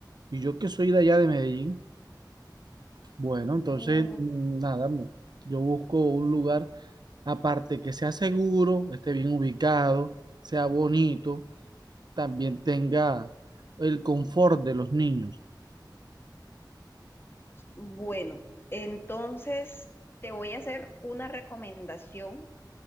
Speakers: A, on the right; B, on the left.
A: Y yo que soy de allá de Medellín, bueno, entonces
B: Mm,
A: mm, nada, me- yo busco un lugar aparte que sea seguro, esté bien ubicado, sea bonito, también tenga el confort de los niños.
B: bueno, entonces te voy a hacer una recomendación